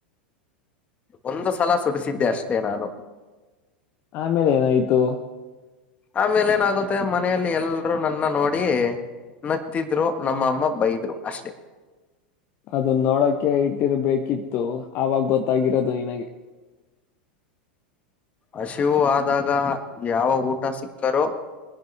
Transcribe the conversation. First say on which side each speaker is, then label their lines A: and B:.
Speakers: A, on the left; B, on the left.
A: ಒಂದು ಸಲ ಸುಡಿಸಿದ್ದೆ ಅಷ್ಟೇ ನಾನು.
B: ಆಮೇಲೆ ಏನಾಯ್ತು
A: ಆಮೇಲೆ ಏನಾಗುತ್ತೆ ಮನೆಯಲ್ಲಿ ಎಲ್ರುೂ ನನ್ನ ನೋಡಿ ನತ್ತಿದ್ರು ನಮ್ಮಅಮ್ಮ ಬೈದ್ರು ಅಷ್ಟೇ
B: ಅದು ನೋಡೋಕೆ ಇಟ್ಟಿರ್ಬೇಕಿತ್ತು ಆವಾಗ ಗೊತ್ತಾಗಿರೋದು ನಿನಗೆ
A: ಹಶಿವು ಆದಾಗ ಯಾವ ಊಟ ಸಿಕ್ಕಾರೋ